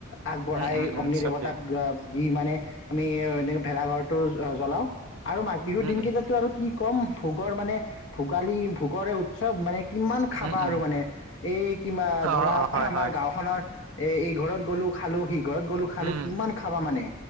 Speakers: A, on the left (about 60°); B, on the right (about 85°).
A: আগবঢ়াই
B: উম, উম, উম,
A: অগ্নি
B: ছটিয়াই।
A: দেৱতাক জ্ঞ দি মানে আমিও এনে ভেলাঘৰটো জ্বলাও। আৰু মাঘ বিহুৰ
B: উম,
A: দিন
B: উম,
A: সেইাতটো আৰু কি কম ভোগৰ মানে ভোগালী ভোগৰে উৎসৱ মানে কিমান খাবা
B: উম, উম,
A: আৰু মানে এই কিম্বা
B: অ',
A: ধৰা
B: অ',
A: অহ্‌
B: হয়,
A: আমাৰ
B: হয়।
A: গাঁওখনৰ এ এই ঘৰত গ'লো খালোহি। ঘৰত গ'লোঁ খালোঁ
B: উম,
A: কিমান খাবা মানে।